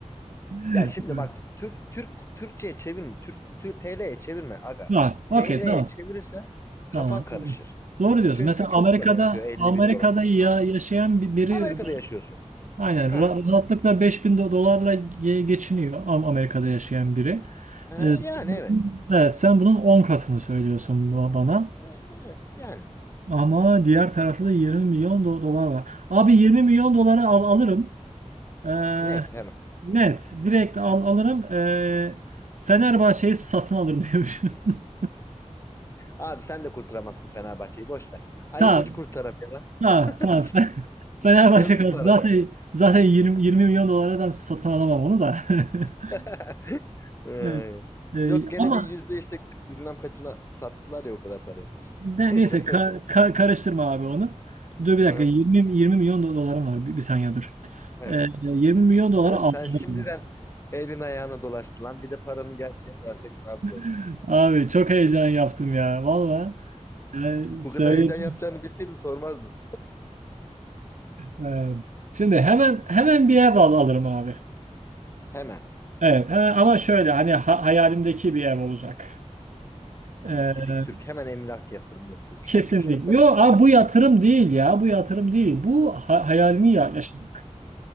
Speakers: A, on the right (about 80°); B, on the left (about 20°).
A: <laughs>
B: Ya şimdi bak Türk Türk Türkçe'ye çevirme. Türk, Türk TL'ye çevirme aga.
A: Var. Okey
B: TL'ye
A: tamam.
B: çevirirsen kafan
A: Tamam.
B: karışır.
A: Doğru diyorsun.
B: Çünkü
A: Mesela
B: çok
A: Amerika'da
B: para yapıyor 50
A: Amerika'da
B: bin dolar
A: ya
B: aylık.
A: yaşayan bi- biri
B: Amerika'da yaşıyorsun.
A: aynen
B: Ha.
A: ra- rahatlıkla 5000 do- dolarla ge- geçiniyor Am- Amerika'da yaşayan biri.
B: E,
A: Ee,
B: yani evet.
A: evet, sen bunun 10 katını söylüyorsun bu- bana.
B: E, evet. Yani.
A: Ama diğer tarafta da 20 milyon do- dolar var. Abi 20 milyon doları al alırım. Ee,
B: Net hemen.
A: net. Direkt al alırım. Ee, Fenerbahçe'yi satın alırım <laughs>
B: Abi sen de kurtaramazsın Fenerbahçe'yi boş ver. Ali
A: diyorum.
B: Koç kurtaramıyor lan. <laughs>
A: Ha, tamam. Sen, <laughs> Fenerbahçe
B: Yazık
A: kaldı.
B: paranı.
A: Zaten zaten 20, 20 milyon dolara satın alamam onu da.
B: <laughs>
A: <laughs>
B: E,
A: Evet. Ee,
B: Yok gene
A: ama
B: bir yüzde işte bilmem kaçına sattılar ya o kadar parayı. <laughs>
A: ne,
B: Neyse
A: neyse ka-
B: paşa.
A: ka- karıştırma abi onu. Dur bir
B: Hı,
A: dakika
B: hı.
A: 20 20 milyon do- dolarım var. Bir, bir saniye dur.
B: Evet.
A: Ee, 20 milyon dolara
B: Oğlum
A: aldım.
B: sen şimdiden elin ayağına dolaştı lan. Bir de paranın gerçeğini versek ne yapacağız?
A: <laughs>
B: lan?
A: Abi çok heyecan yaptım ya valla. Ee,
B: Bu
A: söyledim.
B: kadar heyecan yapacağını bilseydim sormazdım.
A: Ee, şimdi hemen hemen bir ev al alırım abi.
B: Hemen.
A: Evet he- ama şöyle hani ha- hayalimdeki bir ev olacak. Ee,
B: Hemen. Tipik Türk. Hemen emlak yatırımı yapıyorsunuz.
A: Kesinlikle.
B: <laughs>
A: Yok abi bu yatırım değil ya. Bu yatırım değil. Bu ha hayalini ya yaşamak.